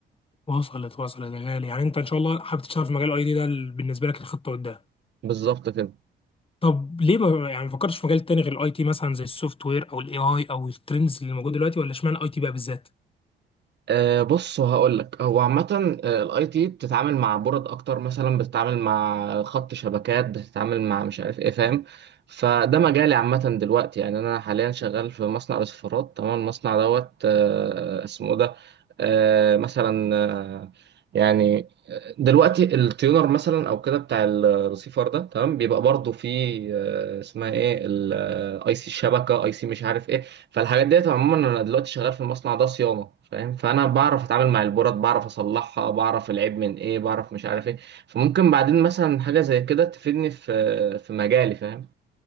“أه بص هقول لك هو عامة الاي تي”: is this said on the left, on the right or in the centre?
Right